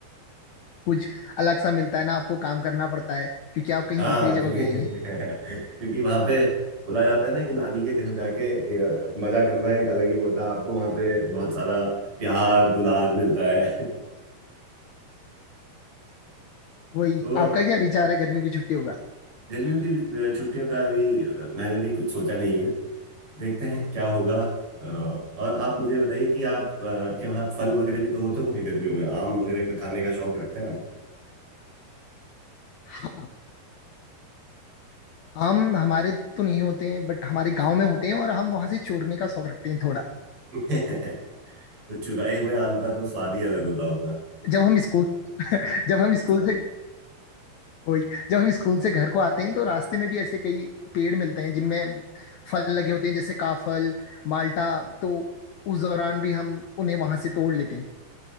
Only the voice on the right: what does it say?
हाँ
क्योंकि
<laughs> क्योंकि वहां पे बोला जाता है ना कि नानी के घर जाके अ, मजा करना एक अलग ही वो होता है आपको वहां पे बहुत सारा प्यार दुलार मिलता है <laughs>
तो
गर्मियों की अ, छुट्टियों का भी अ, मैंने भी कुछ सोचा नहीं देखते हैं क्या होगा अ, और आप मुझे बताइए कि आप अ, के वहाँ फल वगैरह भी तो होते होंगे गर्मियों में आम वगैरह का खाने का शौक रखते हैं आप
<laughs> तो चुराए हुए आम का तो स्वाद ही अलग होता होगा